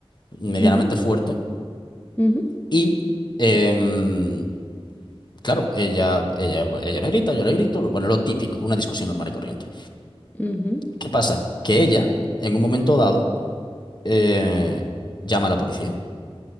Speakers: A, on the left; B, on the left.
A: medianamente
B: ujú,
A: fuerte.
B: ujú,
A: Y, em, claro, ella, ella, ella me grita, yo le grito, lo- bueno, lo típico, una discusión normal y corriente.
B: ujú.
A: ¿Qué pasa? Que ella, en un momento dado, eh, llama a la policía